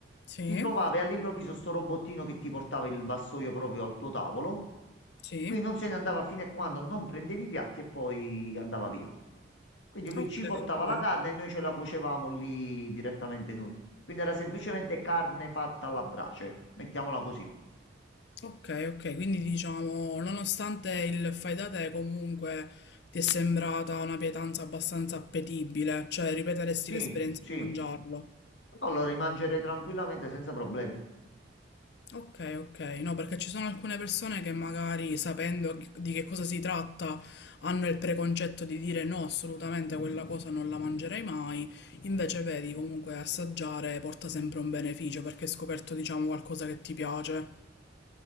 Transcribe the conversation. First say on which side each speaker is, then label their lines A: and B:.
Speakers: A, on the left; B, on the left.
A: sì,
B: ti trovavi all'improvviso sto robottino che ti portava il vassoio proprio al tuo tavolo,
A: sì.
B: lui non se ne andava fino a quando non prendevi i piatti e poi andava via. Quindi lui
A: Ok,
B: ci portava
A: ok.
B: la carne e noi ce la cuocevamo lì direttamente noi. Quindi era semplicemente carne fatta alla brace, mettiamola così.
A: Ok, ok. Quindi diciamo, nonostante il fai da te, comunque ti è sembrata una pietanza abbastanza appetibile, cioè ripeteresti
B: Sì,
A: l'esperienza
B: sì,
A: di mangiarlo.
B: però lo rimangerei tranquillamente senza problemi.
A: Ok, ok, no, perché ci sono alcune persone che magari sapendo chi- di che cosa si tratta hanno il preconcetto di dire no, assolutamente quella cosa non la mangerei mai, invece vedi comunque assaggiare porta sempre un beneficio perché hai scoperto diciamo qualcosa che ti piace.